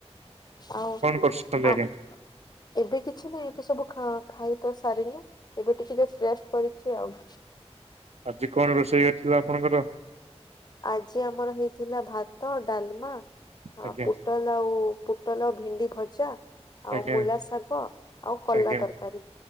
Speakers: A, on the left (about 35°); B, on the right (about 70°).
A: ଆଉ
B: କରୁଛନ୍ତି ଆଜ୍ଞା?
A: ଅ ଏବେ କିଛି ନାହିଁ ଏବେ ସବୁ ଖା ଖାଇବା ସାରିଲେ। ଏବେ ଟିକେ ରେଷ୍ଟ କରିଛି ଆଉ।
B: ଆଜି କଣ ରୋଷେହେଇଥିଲା ଆପଣଙ୍କର?
A: ଆଜି ଆମର ହେଇଥିଲା ଭାତ ଡାଲମା
B: ଆଜ୍ଞା
A: ପୁଟଲ ଲାଉ ପୁଟଲ ଭେଣ୍ଡି ଭଜା ଆଉ
B: ଆଜ୍ଞା
A: ମୂଲା ଶାଗ ଆଉ କଲା
B: ଆଜ୍ଞା
A: ତରକାରୀ।